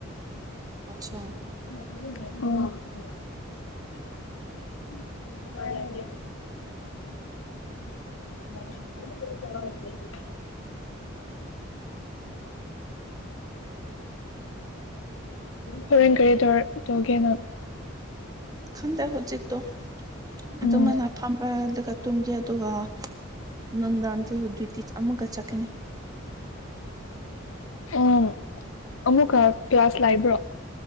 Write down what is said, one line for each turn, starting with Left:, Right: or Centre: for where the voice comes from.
Right: ꯑꯆꯥ
Left: ꯑ ꯦ ꯀ ꯍꯔꯡꯒꯥꯔꯔꯤꯗꯔ ꯇꯒꯦꯅ
Right: ꯈꯪꯗꯦ ꯍꯧꯖꯤꯛꯇꯣ ꯑꯗꯨꯃꯥꯏꯅ
Left: ꯎꯝ
Right: ꯐꯝꯕ ꯑꯗꯨꯒ ꯇꯨꯝꯒꯦ ꯑꯗꯨꯒ ꯅꯨꯡꯗꯥꯟꯗꯗꯏꯇꯤ ꯑꯃꯒ ꯆꯠꯀꯅꯤ
Left: ꯎꯝ ꯑꯃꯨꯛꯀ ꯀ꯭ꯂꯥꯁ ꯂꯥꯛꯕ꯭ꯔꯣ